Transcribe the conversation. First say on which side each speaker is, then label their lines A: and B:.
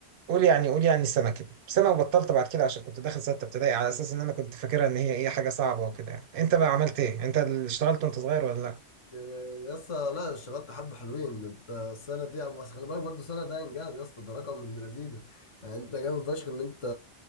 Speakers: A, on the right (about 65°); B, on the left (about 35°).
A: قول يعني قول يعني سنة كده سنة وبطلت بعد كده عشان كنت داخل ستة ابتدائي على أساس إن أنا كنت فاكرها إن هي إيه حاجة صعبة وكده يعني أنت بقى عملت إيه؟ أنت اللي اشتغلت وأنت صغير ولا لأ؟
B: يا اسطى لا اشتغلت حبة حلوين ده انت السنة دي بس خلي بالك برضه السنة ده انجاز يا اسطى ده رقم من لذينه يعني انت جامد فشخ ان انت